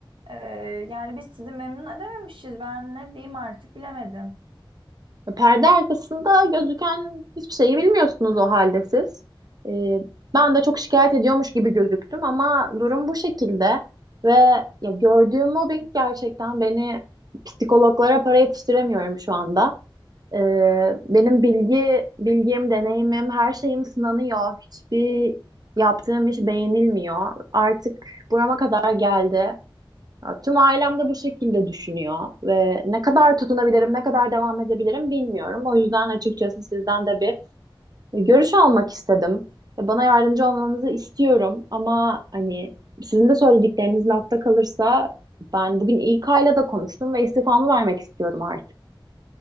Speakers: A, on the right; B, on the right.
A: Ee, yani biz sizi memnun edememişiz. Ben ne diyeyim artık bilemedim.
B: Perde arkasında gözüken hiçbir şeyi bilmiyorsunuz o halde siz. Ee, ben de çok şikayet ediyormuş gibi gözüktüm ama durum bu şekilde ve ya gördüğüm mobbing gerçekten beni psikologlara para yetiştiremiyorum şu anda. Ee, benim bilgi, bilgim, deneyimim, her şeyim sınanıyor. Hiçbir yaptığım iş beğenilmiyor. Artık burama kadar geldi. Ya, tüm ailem de bu şekilde düşünüyor ve ne kadar tutunabilirim, ne kadar devam edebilirim bilmiyorum. O yüzden açıkçası sizden de bir görüş almak istedim. E, Bana yardımcı olmanızı istiyorum ama hani sizin de söyledikleriniz lafta kalırsa ben bugün İK ile de konuştum ve istifamı vermek istiyorum artık.